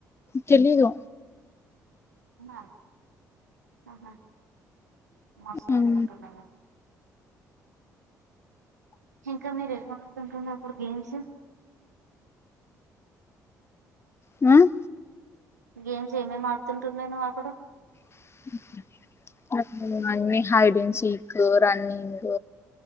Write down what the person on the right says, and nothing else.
ఔనా ఆహా మస్తు ఆడుతుంటుండేన
ఇంకా మీరేమ్ ఆడు తింటున్నప్పుడు గేమ్స్
గేమ్స్ ఏమేమి ఆడుతుంటున్నావ్ అపుడు